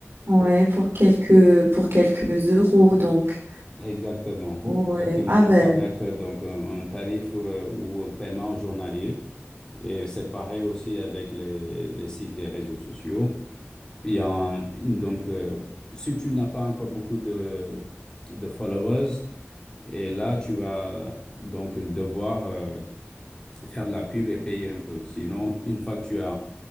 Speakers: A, on the right; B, on the left.
A: Ouais,
B: pour
A: pour quelques pour quelques euros donc.
B: Exactement,
A: Ouais.
B: exactement.
A: Ah
B: Donc
A: ben
B: ça va être donc un, un tarif euh, ou un paiement journalier. Et c'est pareil aussi avec les, les sites des réseaux sociaux. Il y a un- donc euh, si tu n'as pas encore beaucoup de, de followers, et là tu vas donc devoir euh, faire de la pub et payer un peu. Sinon, une fois que tu as